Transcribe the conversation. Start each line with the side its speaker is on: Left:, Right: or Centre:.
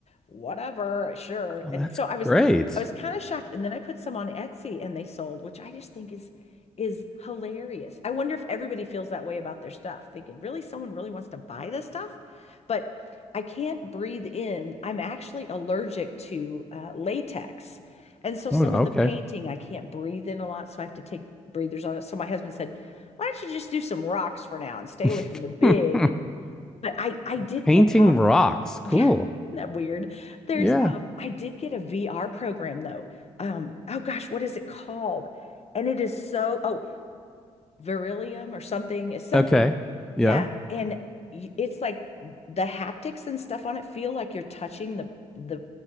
Left: whatever, sure.
Centre: Oh,
Left: And
Centre: that's
Left: so I was
Centre: great.
Left: I was kind of shocked. And then I put some on Etsy and they sold, which I just think is is hilarious. I wonder if everybody feels that way about their stuff, thinking, really, someone really wants to buy this stuff? But I can't breathe in. I'm actually allergic to uh, latex. And so some
Centre: Oh, okay.
Left: of the painting, I can't breathe in a lot, so I have to take breathers on it. So my husband said, "Why don't you just do some rocks for now and stay
Centre: <laughs>
Left: away from the big?" But I I did
Centre: Painting
Left: get um
Centre: rocks. Cool.
Left: yeah, <laughs> isn't that weird? There's
Centre: Yeah.
Left: um I did get a VR program though. Um oh gosh, what is it called? And it is so oh Beryllium or something. It's something.
Centre: Okay. Yeah.
Left: Yeah, Yeah. and y- it's like the haptics and stuff on it feel like you're touching the the